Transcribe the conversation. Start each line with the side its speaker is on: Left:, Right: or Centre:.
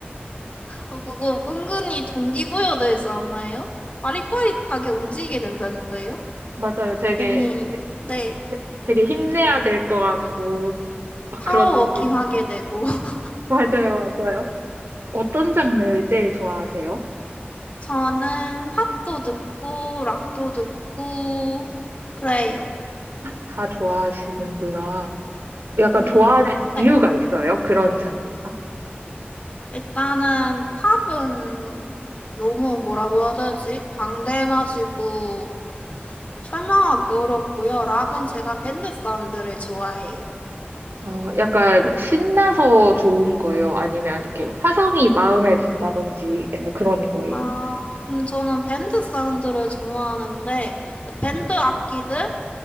Left: 어, 그거 은근히 동기부여 되지 않나요? 빠릿빠릿하게 움직이게 된다니까요.
Right: 맞아요. 되게,
Left: 괜히
Right: 되-
Left: 네.
Right: 되게 힘내야 될 것 같고, 막
Left: 파워워킹
Right: 그런 느낌.
Left: 하게 되고 <laughs>
Right: 맞아요, 맞아요. 어떤 장르 제일 좋아하세요?
Left: 저는 팝도 듣고 락도 듣고 그래요.
Right: 다 좋아하시는구나. 약간
Left: 음,
Right: 좋아하는 이유가
Left: 네.
Right: 있어요? 그런 장르가?
Left: 일단은 팝은 너무 뭐라고 해야 되지? 방대해가지고 설명하기 어렵고요. 락은 제가 밴드 사운드를 좋아해요.
Right: 어, 약간 신나서 좋은 거예요? 아니면 이렇게 화성이 마음에 든다든지 약간 그런 거예요?
Left: 아, 음, 저는 밴드 사운드를 좋아하는데 그 밴드 악기들